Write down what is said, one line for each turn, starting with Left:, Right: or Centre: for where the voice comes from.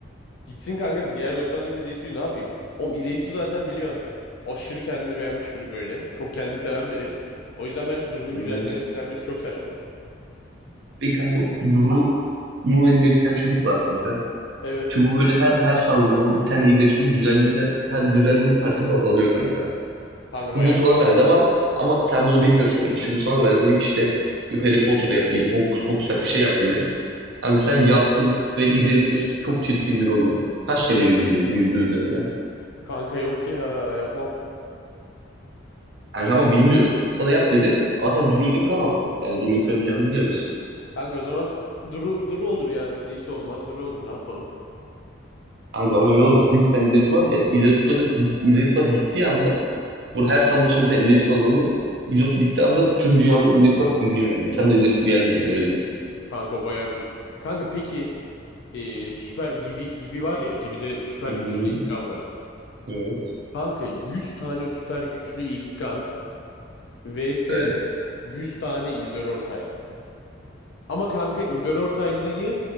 Left: gitsin kanka diğer 99 izleyicisi ne yapayım? Oğlum izleyicisi zaten biliyorsun. Aşırı kendini beğenmiş biri böyle. Çok kendini seven biri. O yüzden bence Duru'nun
Right: Hmm.
Left: güzelliğinden etkilenmesi çok saçma.
Right: Bir kanka Duru'nun elinde bir tane çubuk var kanka.
Left: Evet.
Right: Çubuğu böyle her her saldığı zaman bir tane izleyicinin güzelliğinde her güzelliğin bir parçası azalıyor kanka.
Left: Kanka
Right: Çubuğu
Left: bayağı
Right: sana
Left: kötü
Right: verdi
Left: oldu.
Right: ama ama sen bunu bilmiyorsun kanka. Çubuğu sana verdi dedi ki işte bir Harry Potter yap bir hokus pokus yap bir şey yap dedi. Kanka sen yaptın ve izleyicinin çok çirkin biri oldu. Kaç kere yüzüldürdün yüzde üzerinden.
Left: Kanka yok ya yapmam.
Right: Kanka ama bilmiyorsun. Sana yap dedi ama sen Duru'yu da kıramazsın. Yani Duru'yu kıramayacağını biliyoruz.
Left: Kanka o zaman Duru, Duru olur ya. izleyicisi olmaz. Duru olur ne yapalım.
Right: Kanka ama öyle olmaz. 100 sene İzeysu var yani İzeysu, İzeysu var bittiği anda burada her salı şimdi bir tane İzeysu azalıyor. İzeysu bittiği anda tüm dünyada İzeysu var siliniyor yani. Bir tane de İzeysu gelmiyor. Böyle düşün.
Left: Kanka o bayağı kötü. Kanka peki e, süper gibi gibi var ya gibi de süper
Right: Hı
Left: güçlü
Right: hı.
Left: İlkan var.
Right: Evet.
Left: Kanka 100 tane süper güçlü İlkan vs
Right: Evet.
Left: 100 tane İlber Ortaylı. Ama kanka İlber Ortaylı'yı